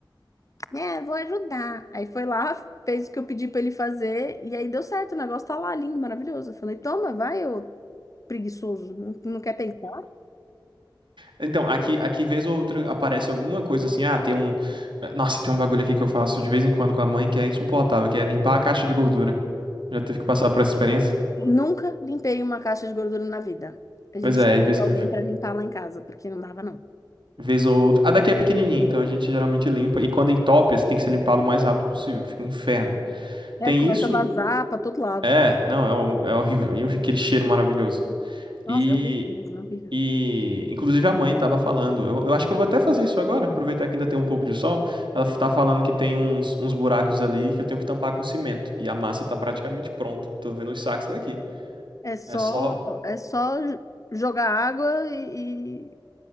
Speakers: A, on the left; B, on the right.
A: É, vou ajudar. Aí foi lá, fez o que eu pedi pra ele fazer e aí deu certo, o negócio tá lá lindo, maravilhoso. Eu falei: "Toma, vai, ô preguiçoso, não, não quer pensar.
B: Então, aqui, aqui, vez ou outra, aparece alguma coisa assim, ah, tem um. eh, Nossa, tem um bagulho aqui que eu faço de vez em quando com a mãe que é insuportável, que é limpar a caixa de gordura. Já teve que passar por essa experiência?
A: Nunca limpei uma caixa de gordura na vida. A gente
B: Pois é,
A: chamava
B: e vez, ve-
A: alguém para limpar lá em casa, porque não dava, não.
B: vez ou outra. A daqui é pequenininha, então a gente geralmente limpa. E quando entope, assim, tem que ser limpado o mais rápido possível, que fica um inferno.
A: É,
B: Tem
A: começa
B: isso
A: a vazar para todo lado.
B: É, não, é, um- é horrível. E eu vi aquele cheiro maravilhoso.
A: Nossa,
B: E,
A: é horrível mesmo, é horrível.
B: e inclusive a mãe tava falando. Eu, eu acho que eu vou até fazer isso agora, aproveitar que ainda tem um pouco de sol. Ela f- tá falando que tem uns, uns buracos ali que eu tenho que tampar com cimento. E a massa tá praticamente pronta. Tô vendo os sacos daqui.
A: É só,
B: É só.
A: é só jogar água e, e